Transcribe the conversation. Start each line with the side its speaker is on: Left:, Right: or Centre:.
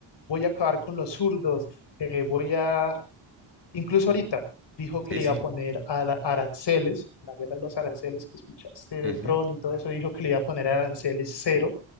Left: voy a acabar con los zurdos, eh, voy a, incluso ahorita, dijo
Right: Sí,
Left: que le
Right: sí.
Left: iba a poner a la- aranceles, la guerra de los aranceles que escuchaste de
Right: Ujú,
Left: Tron y todo eso, dijo que le iba a poner aranceles cero